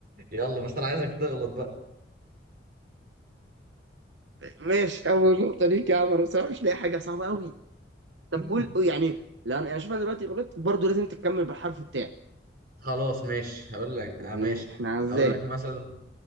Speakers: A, on the right; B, on the right.
A: يلا بس أنا عايزك تغلط بقى
B: ماشي اول نقطه ليك يا عمر بس انا مش لاقي حاجه صعبه قوي طب
A: <laughs>
B: قول قول يعني لا انا أنا شوف انا دلوقتي غلطت برضه لازم تكمل بالحرف بتاعي
A: خلاص ماشي هقول لك
B: يعني
A: آه ماشي
B: احنا عزال
A: هقول لك مثلا